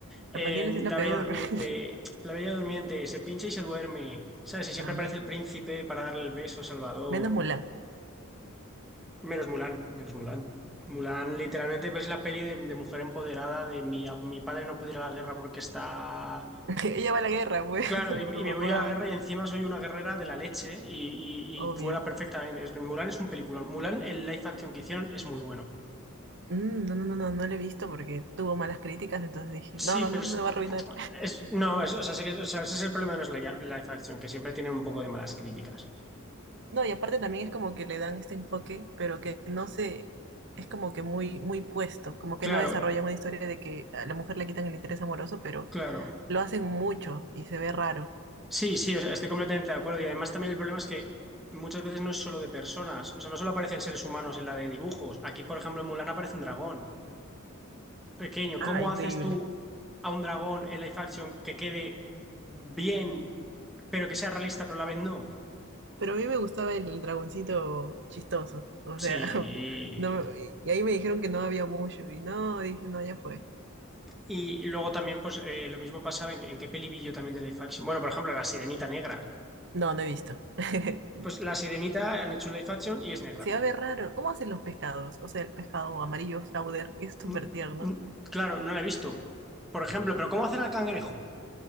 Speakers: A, in the centre; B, on the right (about 55°).
A: En
B: la Pañales es la
A: La
B: peor
A: Bella Durmiente,
B: <laughs>
A: La Bella Durmiente se pincha y se duerme. ¿Sabes? Y siempre
B: también.
A: aparece el príncipe para darle el beso a Salvador.
B: Menos Mulan.
A: Menos Mulan, menos Mulan. Mulan, literalmente, pues, es la peli de, de mujer empoderada, de mi, a- mi padre no pudiera la guerra porque está.
B: <laughs> Ella va a la guerra, pues,
A: Claro,
B: <laughs>
A: y,
B: por
A: y
B: tu
A: me
B: papá,
A: voy a la guerra y encima soy una guerrera de la leche y,
B: obvio.
A: y, y cuela perfectamente. Es que Mulan es un peliculón. Mulan, el live action que hicieron es muy bueno.
B: Mm, no, no, no, no, no la he visto porque tuvo malas críticas, entonces dije,
A: Sí,
B: no, no,
A: pero
B: no,
A: es,
B: no la va a arruinar.
A: es- no, es- o sea, sí que- o sea, ese es el problema de los li- live action, que siempre tienen un poco de malas críticas.
B: No, y aparte también es como que le dan este enfoque, pero que no se, es como que muy, muy puesto, como que
A: Claro,
B: no desarrollan una historia de que a la mujer le quitan el interés amoroso, pero
A: claro.
B: lo hacen mucho y se ve raro.
A: Sí, sí, o sea, estoy completamente de acuerdo. Y además también el problema es que muchas veces no es solo de personas, o sea, no solo aparecen seres humanos en la de dibujos. Aquí, por ejemplo, en Mulan aparece un dragón pequeño.
B: Ah,
A: ¿Cómo
B: increíble.
A: haces tú a un dragón en live action que quede bien, pero que sea realista, pero a la vez no?
B: Pero a mí me gustaba el dragoncito chistoso, o
A: Sí.
B: sea, <laughs> no, y y ahí me dijeron que no había mucho, y no, dije, no, ya fue.
A: Y luego también, pues, eh, lo mismo pasaba en, en qué peli vi yo también de live action. Bueno, por ejemplo, La Sirenita Negra.
B: No, no he visto. <laughs>
A: Pues La Sirenita han hecho un live action y es negra.
B: Se va a ver raro. ¿Cómo hacen los pescados? O sea, el pescado amarillo Flauder, que es súper
A: Mm,
B: tierno.
A: mm, Claro, no la he visto. Por ejemplo, pero ¿cómo hacer al cangrejo?